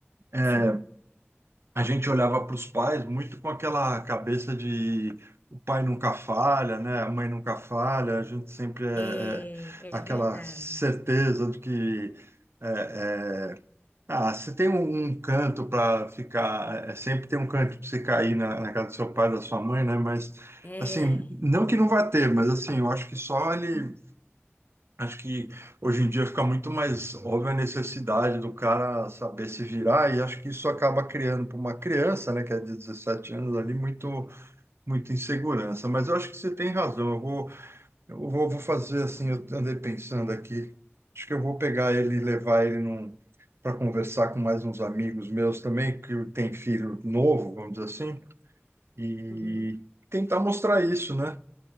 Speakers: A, on the right (about 65°); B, on the left (about 40°).
A: é,
B: sim.
A: a gente olhava para os pais muito com aquela cabeça de o pai nunca falha, né? A mãe nunca falha, a gente sempre é, é
B: É, é
A: aquela
B: verdade.
A: certeza de que. é, é, ah, você tem um, um canto para ficar, é, é, sempre tem um canto para você cair na, na casa do seu pai, da sua mãe, né? Mas,
B: É,
A: assim, não que não vá ter, mas, assim, eu acho que só ele. Acho que hoje em dia fica muito mais óbvia a necessidade do cara saber se virar, e acho que isso acaba criando para uma criança, né, que é de 17 anos ali, muito, muita insegurança. Mas eu acho que você tem razão, eu vou. Eu vou, vou fazer assim, eu andei pensando aqui. Acho que eu vou pegar ele e levar ele num, para conversar com mais uns amigos meus também, que tem filho novo, vamos dizer assim, e
B: uhum,
A: tentar mostrar isso, né?